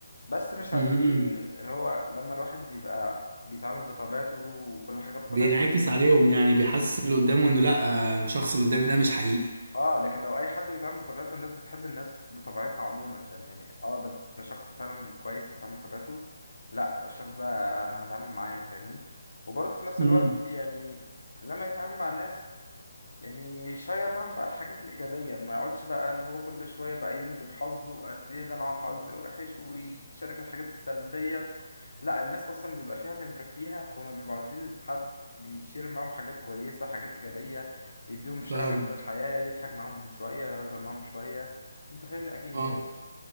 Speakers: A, on the left (about 70°); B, on the right (about 45°).
A: بس مش
B: امم
A: عارفين اللي هو لما الواحد يبقى بيتعامل بطبيعته وكل حاجه بطبيعته
B: بينعكس عليهم يعني بيحسس اللي قدامه انه لا آه، الشخص اللي قدامي ده مش حقيقي
A: اه لكن لو اي حد بيتعامل بطبيعته الناس بتحب الناس بطبيعتها عموما عشان يعني اه ده ده شخص فعلا كويس بيتعامل بطبيعته لا الشخص ده انا هتعامل معاه فاهمني وبرضه في نفس
B: امم
A: الوقت يعني لما يتعامل مع الناس يعني شير معاهم بقى الحاجات الإيجابية ما يقعدش بقى اللي هو كل شوية بقى يند بحظه وقد إيه ده أنا حظي وحش ويشارك الحاجات السلبية لا الناس أصلا بيبقى فيها اللي مكفيها فهم بيبقوا عايزين حد بيشير معاهم حاجات كويسة حاجات إيجابية يديهم شغف
B: فاهم
A: في الحياة يضحك معاهم شوية يهزر معاهم شوية أنت فاهمني أكيد
B: اه
A: يعني